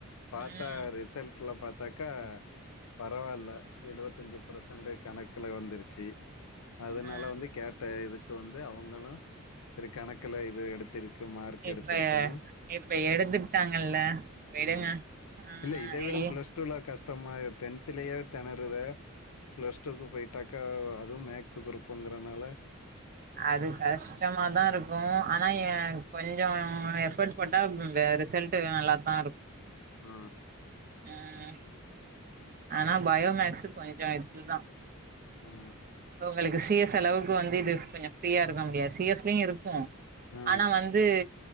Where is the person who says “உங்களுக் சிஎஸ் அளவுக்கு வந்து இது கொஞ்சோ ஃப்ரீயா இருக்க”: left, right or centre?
Right